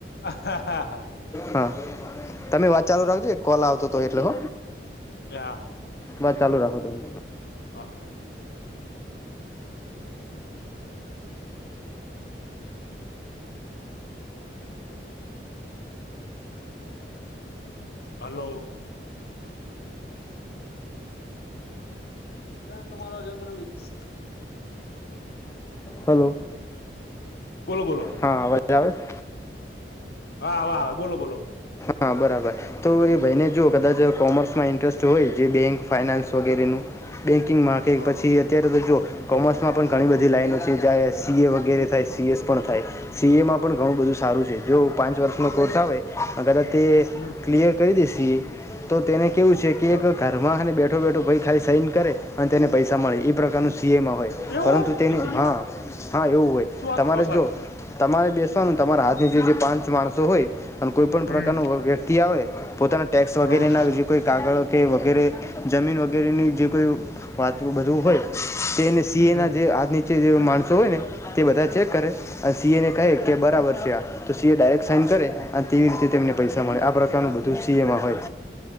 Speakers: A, on the left; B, on the left.
A: હા હા હા.
B: હા તમે વાત ચાલુ રાખજો કોલ આવતો તો એટલે હ
A: લા
B: બસ ચાલુ રાખો તમે
A: હા હા. હાલો. મેય તમારા જેમ પ્રવિક્ષ.
B: હાલો.
A: બોલો બોલો.
B: હા અવાજ આવે છે.
A: હા આવે આવે બોલો બોલો.
B: હા બરાબર. તો એ ભાઈને જો કદાચ કોમર્સમાં ઇન્ટરેસ્ટ હોય જે બેંક ફાઈનાન્સ વગેરેનું. બેંકિંગમાં કે
A: હા
B: પછી અત્યારે તો જો કોમર્સમાં પણ ઘણી બધી લાઈનો છે જ્યાં સી એ વગેરે થાય સી એસ પણ થાય. સી. એમાં પણ ઘણું બધું સારું છે જો પાંચ વર્ષનો કોર્સ આવે. અ કદાચ તે
A: હમ
B: ક્લિયર કરી દેસી તો તેને કેવું છે કે
A: હા
B: એક કા રમારાકને બેઠો બેઠો ભાઈ ખાલી સાઈન કરે અને તેને પૈસા મળે એ પ્રકારનું સીએમાં હોય.
A: એવું
B: પરંતુ
A: હશે
B: તેની
A: કે સી
B: હા
A: એમાં
B: હા એવું હોય
A: શું વાત
B: તમારે
A: કરો સાહેબ
B: જો તમારે બેસવાનું તમારા હાથની નીચે જે પાંચ માણસો હોય. અને કોઈ પણ
A: હમ
B: પ્રકાર વ્યક્તિ આવે પોતાના ટેક્સ વગેરેના.
A: હા
B: કોઈ કાગળ કે વગેરે જમીન વગેરેની
A: હમ
B: જીપ કોઈ વાત બધું હોય તેને સી.
A: હમ
B: એના જે હાથ ની નીચે જે માણસો હોય ને તે બધા ચેક કરે અને સીએને કહે કે બરાબર છે આ તો સીએ ડાયરેક્ટ સાઈન કરે અને તેવી રીતે તેમને પૈસા મળે આ પ્રકારનું બધું સીએમાં હોય.